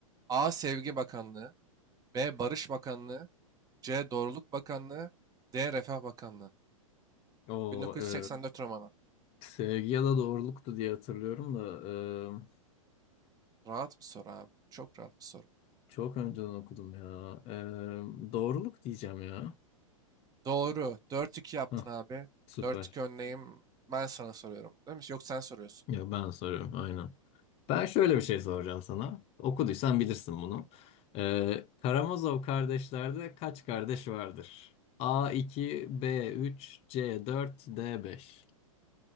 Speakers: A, on the right; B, on the left.
A: A. Sevgi Bakanlığı B. Barış Bakanlığı C. Doğruluk Bakanlığı D. Refah Bakanlığı
B: O
A: 1984
B: e,
A: romanı.
B: sevgi ya da doğruluktu diye hatırlıyorum da e,
A: Rahat bir soru abi. Çok rahat bir soru.
B: çok önceden okudum ya. E, doğruluk diyeceğim ya.
A: Doğru. Dört iki yaptın
B: Hah,
A: abi.
B: süper.
A: Dört iki önleyim. Ben sana soruyorum. Değil mi? Yok sen soruyorsun.
B: Ya ben soruyorum aynen. Ben şöyle bir şey soracağım sana. Okuduysan bilirsin bunu. E, Karamazov kardeşlerde kaç kardeş vardır? a iki, b üç, c dört, d beş.